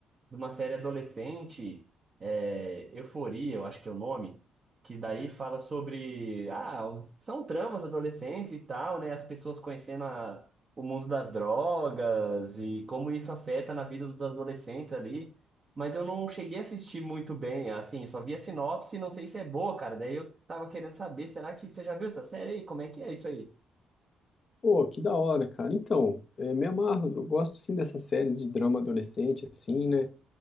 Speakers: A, on the right (about 35°); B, on the left (about 40°).
A: de uma série adolescente, é, Euforia, eu acho que é o nome, que daí fala sobre, ah, os- são tramas adolescentes e tal, né? As pessoas conhecendo a- o mundo das drogas e como isso afeta na vida dos adolescentes ali. Mas eu não cheguei a assistir muito bem, assim, só vi a sinopse, não sei se é boa, cara. Daí eu tava querendo saber, será que você já viu essa série aí? Como é que é isso aí?
B: Pô, que da hora, cara. Então, é, me amarro, eu gosto sim dessas séries de drama adolescente, assim, né?